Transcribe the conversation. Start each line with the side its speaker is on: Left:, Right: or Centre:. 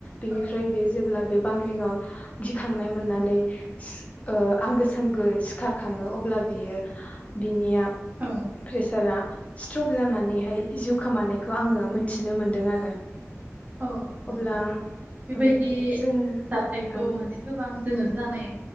Left: बिनिफ्राय
Right: औ
Left: बेयो जेब्ला बेफ बांग्रिंआव गिखांनाय मोननानै सिख ओह आंगो सांगो सिखारखाङो अब्ला बियो बिनिया
Right: औ
Left: फ्रेस रा स्ट्रक जानानैहाय जिउ खोमानायखौ आङो मोनथिनो मोनदों आरो।
Right: औ
Left: अब्ला
Right: नंगौ नोंथां बेबायदि
Left: ओं जोङो
Right: जाथायखौ
Left: ओं
Right: माने गोबां जोङो जानाय